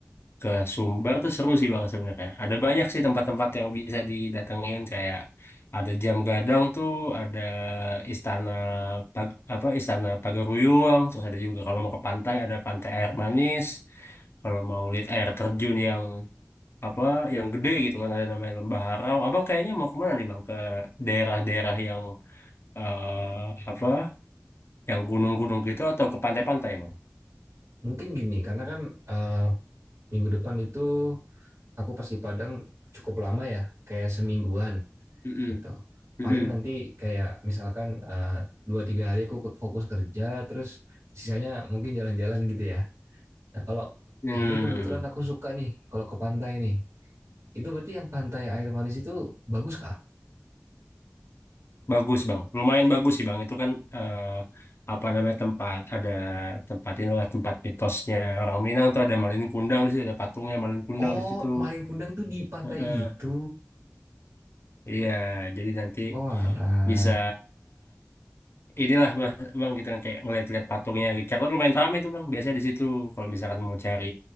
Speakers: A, on the left; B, on the right.
A: ke Sumber tuh seru sih bang sebenarnya. Ada banyak sih tempat-tempat yang bisa didatengin kayak ada Jam Gadang tuh, ada Istana Pag- apa Istana Pagaruyung, terus ada juga kalau mau ke pantai ada Pantai Air Manis. Kalau mau lihat air terjun yang apa yang gede gitu kan ada namanya Lembah Harau. Abang kayaknya mau kemana nih bang? Ke daerah-daerah yang eh, apa? Yang gunung-gunung gitu atau ke pantai-pantai bang?
B: mungkin gini karena kan eh, minggu depan itu aku pas di Padang cukup lama ya kayak semingguan
A: Mm-mm.
B: gitu paling
A: Mm-mm.
B: nanti kayak misalkan eh, dua tiga hari aku fokus kerja terus sisanya mungkin jalan-jalan gitu ya Nah, kalau
A: Hmm.
B: ini kebetulan aku suka nih kalau ke pantai nih. Itu berarti yang pantai air manis itu bagus kah?
A: Bagus bang, lumayan bagus sih bang. Itu kan eh, apa namanya tempat ada tempat inilah tempat mitosnya orang Minang tuh ada Malin Kundang di situ ada patungnya Malin Kundang
B: Oh,
A: di situ.
B: maling kundang tuh di pantai
A: Heeh.
B: itu.
A: Iya, jadi nanti
B: Oh, alah.
A: bisa inilah bang, bang kita kayak ngeliat-liat patungnya Richard kan lumayan ramai itu bang biasanya di situ kalau misalkan mau cari